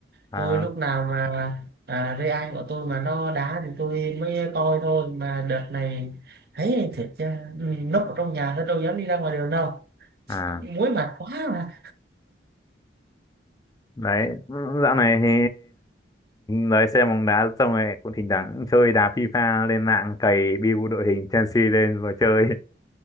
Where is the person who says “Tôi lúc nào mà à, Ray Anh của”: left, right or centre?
Right